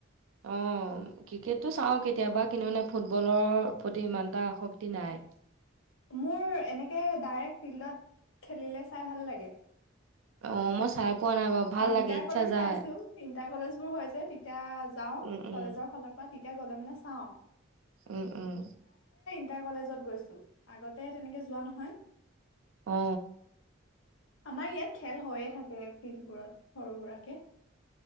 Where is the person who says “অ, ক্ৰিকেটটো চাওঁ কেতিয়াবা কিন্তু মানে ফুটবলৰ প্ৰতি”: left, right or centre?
Right